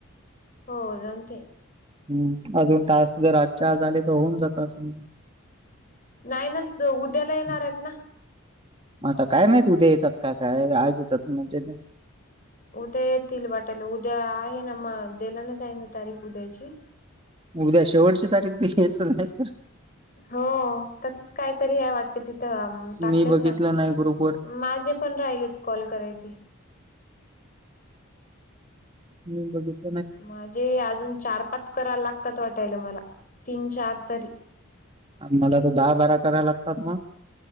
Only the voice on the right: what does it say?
हम् अजून तास जर आजच्या आजले तर होऊन जातात असम.
मग
आता काय माहती उद्या येतात काय आज येतातजे ते
उद्या शेवटची तारीख दे घ्यायचं नाही तर.
मी बघितलं
नाही ग्रुप वर
म बघि <unintelligible>
मला त दहा बारा कराय लागतात मग,